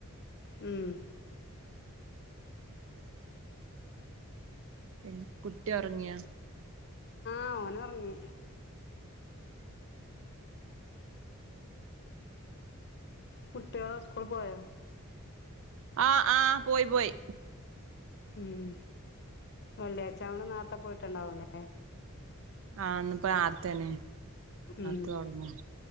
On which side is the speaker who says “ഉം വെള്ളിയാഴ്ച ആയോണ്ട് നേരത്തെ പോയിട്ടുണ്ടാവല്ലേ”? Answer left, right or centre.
Left